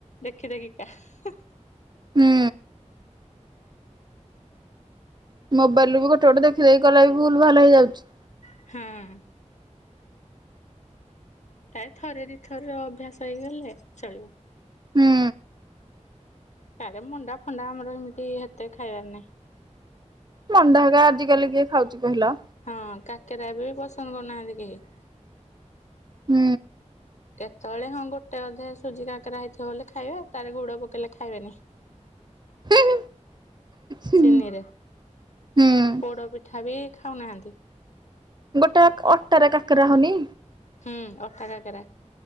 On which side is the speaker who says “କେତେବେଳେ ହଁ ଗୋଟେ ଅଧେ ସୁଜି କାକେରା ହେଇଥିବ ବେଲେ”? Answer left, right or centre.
Left